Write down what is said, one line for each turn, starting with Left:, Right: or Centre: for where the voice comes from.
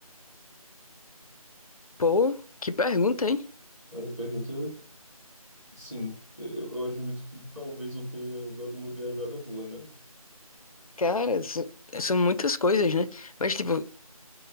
Left: Pô, que pergunta, hein?
Centre: É uma pergunta, sim. É, Eu, eu admito que talvez eu tenha dado uma viajada boa nela.
Left: Cara, s- são muitas coisas, né? Mas, tipo,